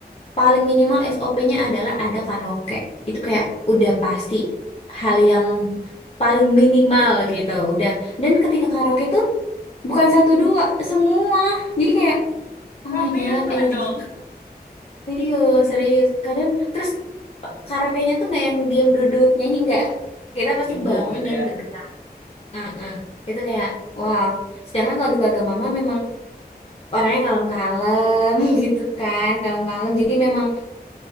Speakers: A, on the left; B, on the left.
A: paling minimal SOP-nya adalah ada karaoke. Itu kayak udah pasti hal yang paling minimal gitu, udah. Dan ketika karaoke tuh bukan satu dua, semua. Jadi kayak oh
B: Ramean
A: my god,
B: banget
A: energi
B: dong.
A: serius, serius. Kadang terus pa- karaoke-nya tuh nggak yang diam duduk nyanyi nggak. Kita pasti
B: Ebo
A: bangun
B: gitu
A: dan
B: ya.
A: bergerak. Heeh. Itu kayak wow. Sedangkan kalau di keluarga mama memang orangnya kalem-kalem <laughs> gitu kan kalem-kalem jadi memang